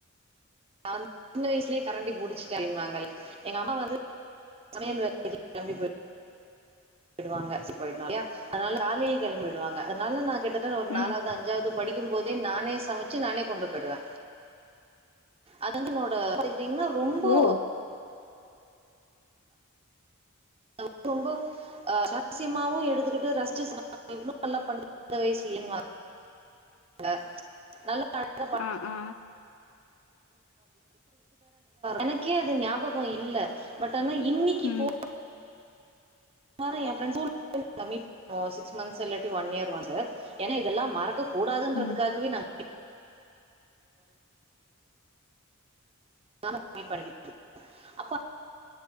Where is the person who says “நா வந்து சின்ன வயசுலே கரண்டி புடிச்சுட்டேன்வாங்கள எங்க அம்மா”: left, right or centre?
Right